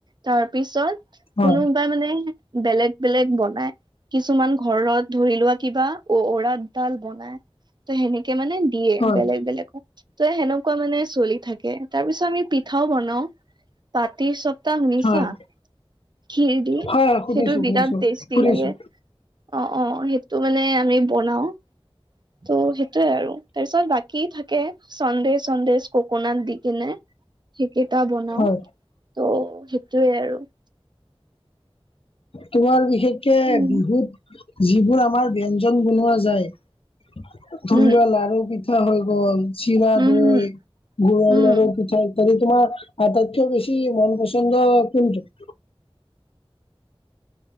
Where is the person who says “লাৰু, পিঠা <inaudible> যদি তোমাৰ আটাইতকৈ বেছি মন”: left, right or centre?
Left